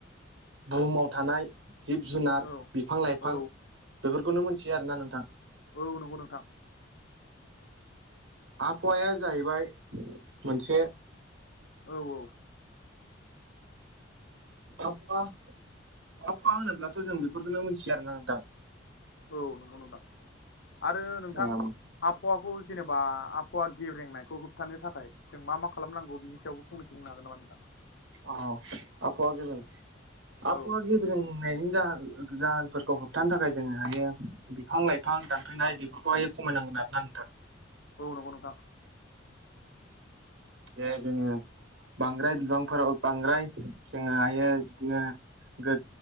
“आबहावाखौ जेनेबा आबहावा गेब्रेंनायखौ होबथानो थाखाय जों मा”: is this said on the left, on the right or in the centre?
Left